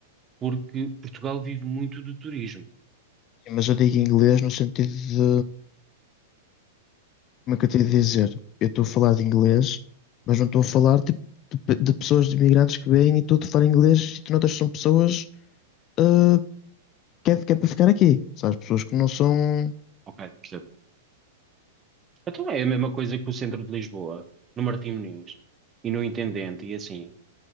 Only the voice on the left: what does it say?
Sim, Mas eu digo inglês no sentido Como é que eu te ia dizer? Eu estou a falar de inglês, mas não estou a falar tipo, de, pe- de pessoas, de imigrantes que vêm e estou a falar inglês e tu notas que são pessoas ah, que, é, que é para ficar aqui. Sabes? Pessoas que não são.